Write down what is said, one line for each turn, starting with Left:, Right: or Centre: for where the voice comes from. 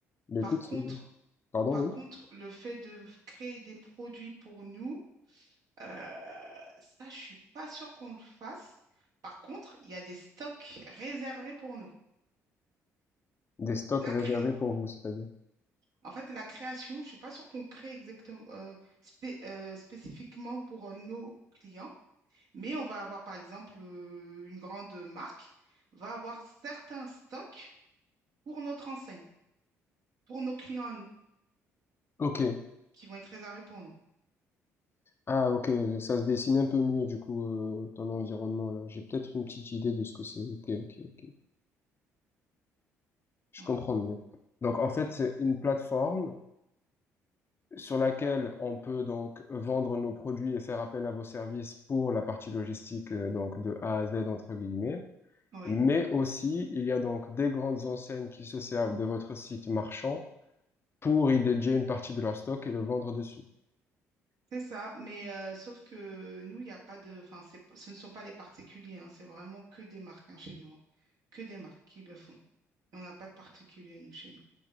Left: Mais
Right: Par
Left: écoute,
Right: contre,
Left: c'est- pardon,
Right: par
Left: oui.
Right: contre, le fait de créer des produits pour nous, euh, ça, je suis pas sûre qu'on le fasse. Par contre, il y a des stocks réservés pour nous.
Left: Des stocks
Right: La
Left: réservés
Right: cré-
Left: pour vous, c'est-à-dire.
Right: En fait, la création, je suis pas sûre qu'on crée exactement euh, spé- euh, spécifiquement pour euh, nos clients, mais on va avoir, par exemple, euh, une grande marque va avoir certains stocks pour notre enseigne, pour nos clients à nous,
Left: Ok.
Right: qui vont être réservés pour nous.
Left: Ah, ok, ça se dessine un peu mieux, du coup, euh, dans l'environnement, là. J'ai peut-être une petite idée de ce que c'est. Ok, ok, ok. Je
Right: Ouais.
Left: comprends mieux. Donc, en fait, c'est une plateforme sur laquelle on peut donc vendre nos produits et faire appel à vos services pour la partie logistique, euh, donc de A à Z, entre guillemets.
Right: Oui.
Left: Mais aussi, il y a donc des grandes enseignes qui se servent de votre site marchand pour y dédier une partie de leur stock et le vendre dessus.
Right: C'est ça, mais euh, sauf que nous, il n'y a pas de, enfin, c'est, pas- ce ne sont pas des particuliers, hein, c'est vraiment que des marques hein, chez nous, hein. que des marques qui le font. On n'a pas de particuliers nous chez nous.